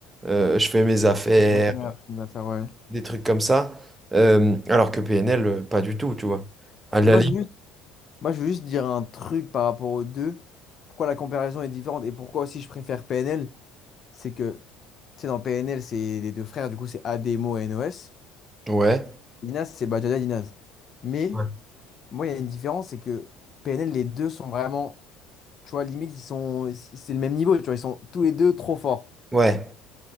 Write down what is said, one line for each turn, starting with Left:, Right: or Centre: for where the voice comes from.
Right: euh, Je fais mes affaires,
Left: Chose à faire, chose à faire, ouais.
Right: des trucs comme ça. Euh, alors que PNL, euh, pas du tout, tu vois. À la
Left: Mais moi,
Right: limite,
Left: j'ai vu, Moi, je veux juste dire un truc par rapport aux deux. Pourquoi la comparaison est différente et pourquoi aussi je préfère PNL, c'est que, tu sais, dans PNL, c'est les deux frères, du coup, c'est Ademo et NOS.
Right: ouais.
Left: Dinaz, c'est Bajada Dinaz. Mais,
Right: Ouais,
Left: moi, il y a une différence, c'est que PNL, les deux sont vraiment, tu vois, limite, ils sont, c'est le même niveau, tu vois, ils sont tous les deux trop forts.
Right: Ouais.